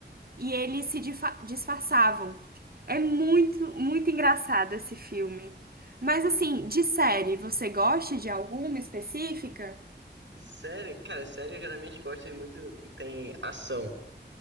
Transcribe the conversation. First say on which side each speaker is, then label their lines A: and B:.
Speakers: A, on the right; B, on the right.
A: E eles se difa- disfarçavam. É muito, muito engraçado esse filme. Mas assim, de série, você gosta de alguma específica?
B: Série, cara, série eu geralmente gosto de muito. Tem ação,